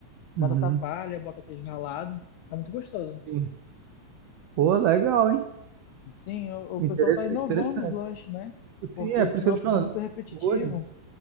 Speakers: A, on the right; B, on the left.
A: Uhum.
B: batata palha, bota queijo ralado. É muito gostoso.
A: Sim. Pô, legal, hein?
B: Sim, o, o
A: Interess-
B: pessoal tá inovando
A: Interessante.
B: os lanches, né?
A: Sim,
B: Porque
A: é por
B: senão
A: isso que eu tô
B: fica
A: te falando.
B: muito repetitivo.
A: Hoje,